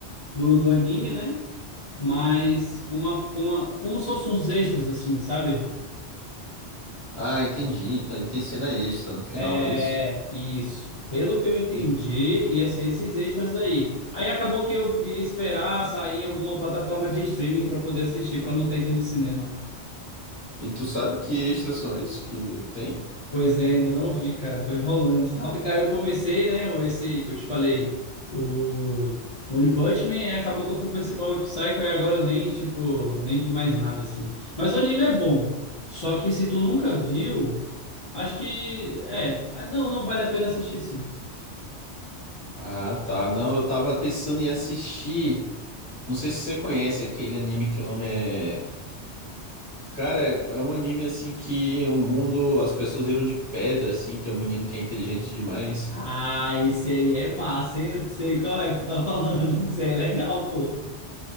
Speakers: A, on the left; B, on the right.
A: do, do anime, né? Mas com uma, com uma, como se fossem uns extras assim, sabe?
B: Ah, entendi. Então ele tem cena extra no final,
A: É,
B: é isso?
A: isso. Pelo que eu entendi,
B: E,
A: ia ser esses extras aí. Aí acabou que eu ia esperar sair em alguma plataforma de streaming para poder assistir, para não ter que ir no cinema.
B: e tu sabe que extras são esses que tem?
A: Pois é, ainda não vi, cara, tô enrolando e tal. E cara, eu comecei, né, o- esse que eu te falei, o One Punch Man, e acabou que eu fui pra esse Mob Psycho e agora eu nem, tipo, nem vi mais nada, assim. Mas o anime é bom, só que se tu nunca viu, acho que, é, ah, não, não vale a pena assistir sim.
B: Ah, tá. Não, eu tava pensando em assistir. Não sei se você conhece aquele anime que o nome é. Cara, é é um anime assim que o mundo, as pessoas viram de pedra, assim, tem um menino que é inteligente demais.
A: Ah, esse aí é massa, hein? Eu sei qual é que tu tá falando, <laughs> esse aí é legal, pô.